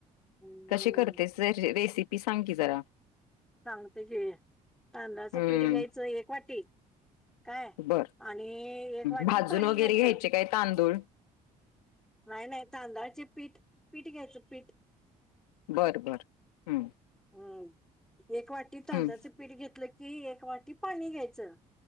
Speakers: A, in the centre; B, on the left (about 80°).
A: हम्म
B: कसे करतेस, रेसिपी सांग की जरा.
A: सांगते, की तांदळाच
B: हम्म
A: पीठ घ्यायचं एक वाटी- काय
B: बर
A: आणि एक वाटी
B: भाजून
A: पाणी
B: वगैरे
A: घ्यायचं,
B: घ्यायचे काय तांदूळ
A: नाही -नाही तांदळाचे पीठ पीठ घ्यायचं पीठ,
B: बर हम्म..
A: हम्म एक वाटी तांदळाचं
B: हम्म
A: पीठ घेतलं की, एक वाटी पाणी घ्यायचं.